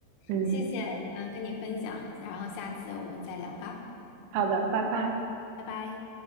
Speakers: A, on the right (about 80°); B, on the left (about 85°).
A: 嗯，
B: 谢谢，嗯，跟你分享，然后下次我们再聊吧，
A: 好的，拜拜。
B: 拜拜。